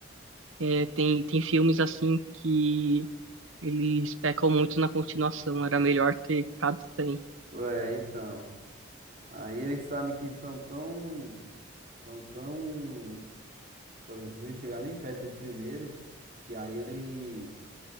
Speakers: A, on the right; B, on the right.
A: é, tem, tem filmes assim que eles pecam muito na continuação. Era melhor ter ficado sem.
B: É, então, aí eles sabem que são tão... São tão Por exemplo, não ia chegar nem perto do primeiro, que aí eles.